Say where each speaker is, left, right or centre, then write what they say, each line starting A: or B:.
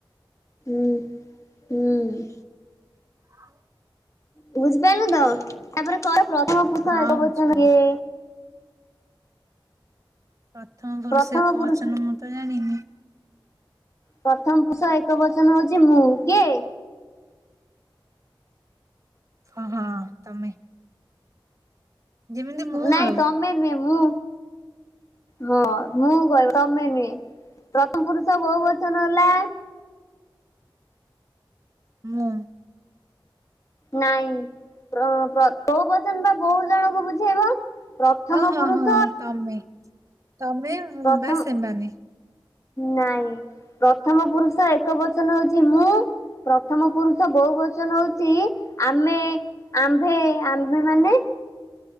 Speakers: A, on the left; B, on the right.
A: ହୁଁ-ହୁଁ।
B: ଆଉ
A: ବୁଝିପାଇଲ ତ, ତାପରେ କହିଲ ପ୍ରଥମ ପୁରୁଷ
B: ହଁ
A: ଏକ ବଚନ
B: ବୁଝିପାରିଲି
A: କିଏ?
B: ପ୍ରଥମ ପରୁଷ
A: ପ୍ରଥମ
B: ଏକ
A: ପୁରୁଷ
B: ବଚନ ମୁଁ ତ ଜାଣିନି।
A: ପ୍ରଥମ ପୁରୁଷ ଏକ ବଚନ ହଉଛି। ମୁଁ କିଏ?
B: ହ ହଁ ତମେ। ଯେମିତି ମୁଁ
A: ନାଇଁ
B: ଆଉ
A: ତମେ ନୁହେଁ ମୁଁ। ହଁ ମୁଁ କହିବି ତମେ ନୁହେଁ ପ୍ରଥମ ପୁରୁଷ ବହୁ ବଚନ ହେଲା।
B: ମୁଁ।
A: ନାଇଁ ବହୁ ବଚନ ପା ବହୁତ ଜଣଙ୍କୁ ବୁଝେଇବ। ପ୍ରଥମ
B: ହଁ ହଁ
A: ପୁରୁଷ
B: ହଁ ତମେ ତମେ
A: ପ୍ରଥମ
B: ବା ସେ ସେମାନେ।
A: ନାଇଁ ପ୍ରଥମ ପୁରୁଷ ଏକ ବଚନ ହଉଛି ମୁଁ। ପ୍ରଥମ ପୁରୁଷ ବହୁ ବଚନ ହଉଛି ଆମେ। ଆମ୍ଭେ ଆମ୍ଭେ ମାନେ।